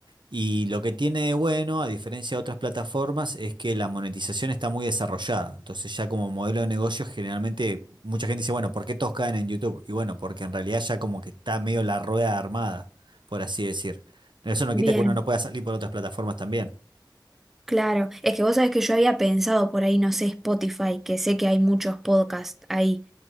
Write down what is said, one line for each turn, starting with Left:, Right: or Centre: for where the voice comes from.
Right: Y lo que tiene de bueno, a diferencia de otras plataformas, es que la monetización está muy desarrollada. Entonces ya como modelo de negocios, generalmente mucha gente dice, bueno, ¿por qué todos caen en YouTube? Y bueno, porque en realidad ya como que está medio la rueda armada, por así decir. Eso no
Centre: Bien.
Right: quita que uno no pueda salir por otras plataformas también.
Centre: Claro, es que vos sabés que yo había pensado por ahí, no sé, Spotify, que sé que hay muchos podcasts ahí,